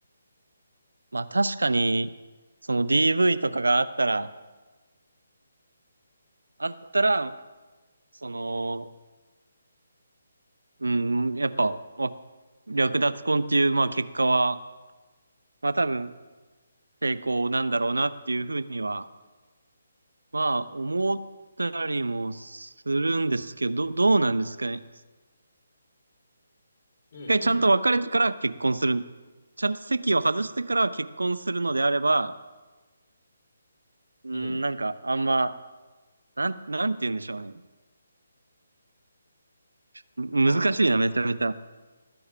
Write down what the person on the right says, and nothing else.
まあ確かに、その DV とかがあったら、あったら、その、うん、やっぱ、わ略奪婚っていう、まあ結果は、まあ多分、成功なんだろうなっていうふうには、まあ思ったりもするんですけど、ど、どうなんですかね。
一回ちゃんと別れてから結婚する。ちゃんと席を外してから結婚するのであれば、うーん、
なんかあんま、なん、なんて言うんでしょうね。む難しいな、
めちゃめちゃ。